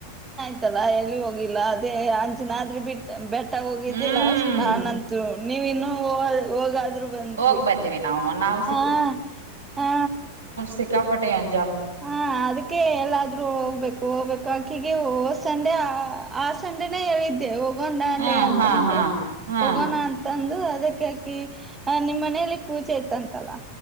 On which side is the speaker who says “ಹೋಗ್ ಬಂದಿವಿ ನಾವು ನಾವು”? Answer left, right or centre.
Right